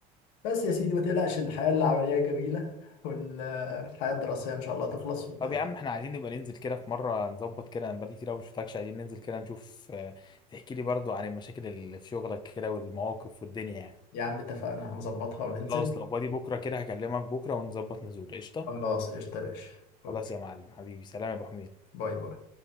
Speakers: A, on the left; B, on the left.
A: بس يا سيدي ما تقلقش الحياة العملية جميلة والحياة الدراسية إن شاء الله تخلص وت...
B: طب يا عم احنا عايزين نبقى ننزل كده في مرة نظبط كده انا بقالي كتير قوي ما شفتكش عايزين ننزل كده نشوف آه، تحكي لي برضو عن المشاكل اللي في شغلك كده والمواقف والدنيا يعني
A: يا عم اتفقنا هنظبطها وننزل
B: خلاص لو فاضي بكرة كده هكلمك بكرة ونظبط نزول قشطة
A: خلاص قشطة يا باشا أوكي
B: خلاص يا معلم حبيبي سلام يا ابو حميد
A: باي باي